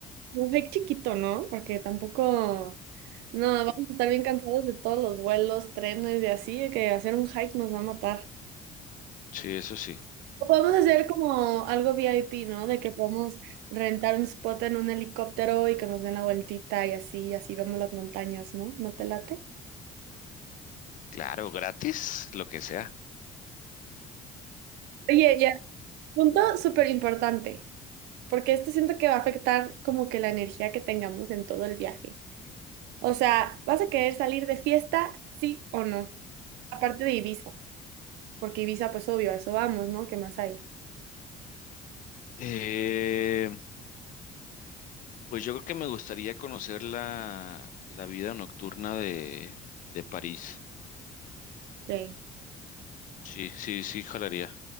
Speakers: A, on the right (about 85°); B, on the left (about 50°).
A: un hike chiquito, ¿no? Porque tampoco. No, vamos a estar bien cansados de todos los vuelos, trenes y así, que hacer un hike nos va a matar.
B: Sí, eso sí.
A: O podemos hacer como algo VIP, ¿no? De que podemos rentar un spot en un helicóptero y que nos den la vueltita y así, y así vemos las montañas, ¿no? ¿No te late?
B: Claro, gratis, lo que sea.
A: Oye, ya, punto súper importante, porque esto siento que va a afectar como que la energía que tengamos en todo el viaje. O sea, ¿vas a querer salir de fiesta, sí o no? Aparte de Ibiza, porque Ibiza, pues obvio, a eso vamos, ¿no? ¿Qué más hay?
B: Eh, pues yo creo que me gustaría conocer la, la vida nocturna de, de París.
A: Sí.
B: Sí, sí, sí, jalaría.